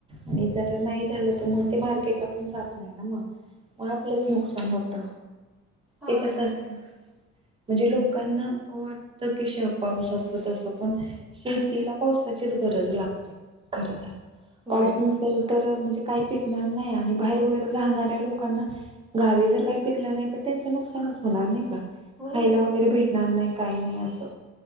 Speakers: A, on the right; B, in the centre.
A: आणि जर नाही झालं तर मग ते मार्केटला पण जात नाही ना मग. मग आपलंच नुकसान होत.
B: हा
A: ते कसं
B: हा
A: असत म्हणजे लोकांना वाटत की श पाऊस असत तसं पण. शेतीला पावसाचीच गरज लागते खर तर
B: होय
A: पाऊस नसेल तर म्हणजे काही पिकणार नाही आणि बाहेर वगैरे राहणाऱ्या लोकांना गावी जर काही पिकलं नाही तर त्यांचं नुकसानच होणार नाही का.
B: हो
A: खायला वगैरे भेटणार नाही काही नाही असं.